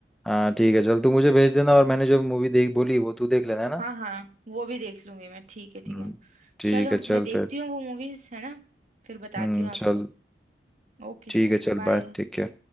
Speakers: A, in the centre; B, on the right.
A: हाँ ठीक है चल तू मुझे भेज देना और मैंने जो मूवी देख बोली वो तू देख लेना है ना
B: हाँ हाँ वो भी देख लूंगी मैं ठीक है ठीक
A: हम्म,
B: है
A: ठीक
B: चलो
A: है चल
B: मैं देखती
A: फिर
B: हूँ वो मूवीज है ना फिर बताती
A: हम्म
B: हूँ आपको
A: चल
B: ओके
A: ठीक
B: चलो
A: है चल
B: बाय
A: बाय ठीक है